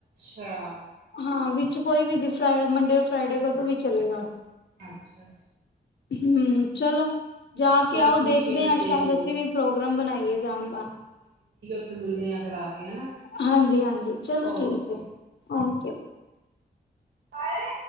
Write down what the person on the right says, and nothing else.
ਅੱਛਾ
ਅੱਛਾ ਅੱਛਾ
ਚਲੋ
ਠੀਕ
ਹੈ ਫਿਰ
ਦੇਖਦੀ
ਹਾਂ
ਉੱਥ ਮਿਲਦੇ ਆ ਫਿਰ ਆ ਕੇ ਹਨਾ
ਓਕੇ
ਘਾਰੇ